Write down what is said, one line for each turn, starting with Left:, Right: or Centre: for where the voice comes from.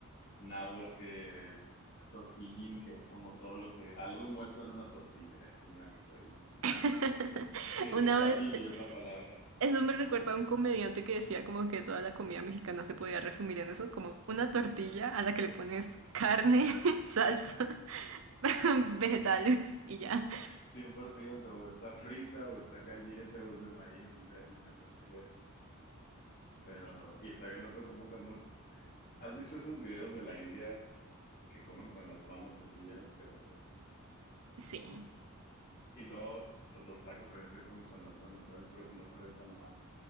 Left: náhuatl que es tortillín, que es como todo lo que, algo envuelto en una tortilla, es una quesadilla.
Right: <laughs>
Left: Digo,
Right: Una
Left: quesadilla
Right: vez, eh,
Left: es la palabra.
Right: eso me recuerda
Left: Ajá.
Right: a un comediante que decía como que toda la comida mexicana se podía resumir en eso, como una tortilla a la que le pones carne, <laughs> salsa <laughs> vegetales y ya.
Left: cien por ciento o está frita, o está caliente, o es de maíz, o es de harina, por cierto. Pero, y está bien loco cómo comemos. ¿Has visto esos videos de la India que comen con las manos así bien asqueroso?
Right: Sí.
Left: Y luego, pues los tacos también se comen con las manos, ¿sabes? Pero no se ve tan mal.